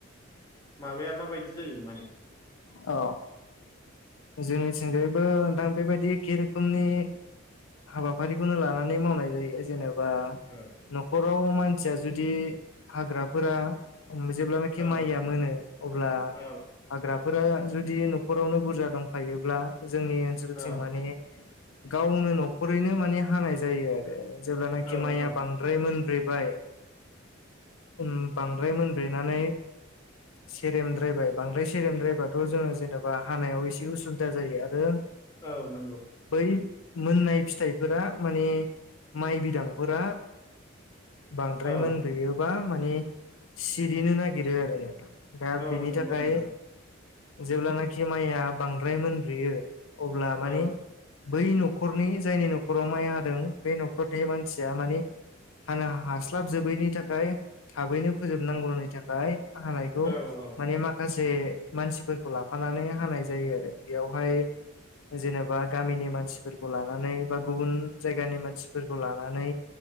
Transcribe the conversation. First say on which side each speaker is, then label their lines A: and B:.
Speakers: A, on the left; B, on the left.
A: माबाया मा बायदि जायो माने।
B: औ। जोंनि थिंजायबो नोंथां बेबायदि एखे रोखोमनि। हाबाफारिखौनो लानानै मावनाय जायो जेनेबा।
A: औ।
B: न'खराव मानसिया जुदि हाग्राफोरा। जेब्लानाखि
A: औ
B: माइया मोनो अब्ला
A: औ
B: हाग्राफोरा जुदि न'खरावनो बुरजा। दंफायोब्ला जोंनि ओनसोलथिं
A: औ
B: माने। गावनो न'खरैनो माने हानाय जायो आरो जेब्लानाखि
A: औ
B: माइया
A: औ
B: बां द्राय मोनब्रेबाय उम बांद्राय मोनब्रेनानै। सेरेमद्रायबाय बांद्राय सेरेमद्रायबाथ' जोङो जेनेबा हानायाव एसे। उसुबिदा जायो आरो।
A: औ नंगौ।
B: बै मोननाय फिथाइफोरा माने माइ बिदांफोरा। बांद्राय मोनब्रेयोबा
A: औ
B: माने सिरिनो नागिरो आरो नोथां। दा
A: औ
B: बिनि
A: नंगौ
B: थाखाय।
A: नोंथां
B: जेब्लानाखि माइया बांद्राय मोनब्रोयो अब्ला
A: औ
B: माने। बै न'खरनि जायनि न'खराव माइ हादों बे न'खर नि मानसिया माने। हानो हास्लाबजोबैनि थाखाय थाबैनो फोजोबनांगौनि थाखाय। हानायखौ
A: औ औ
B: माने माखासे मानसिफोरखौ लाफानानै हानाय जायो आरो बेयावहाय। जेनेबा गामिनि मानसिफोरखौ लानानै बा गुबुन जायगानि मानसिफोरखौ लानानै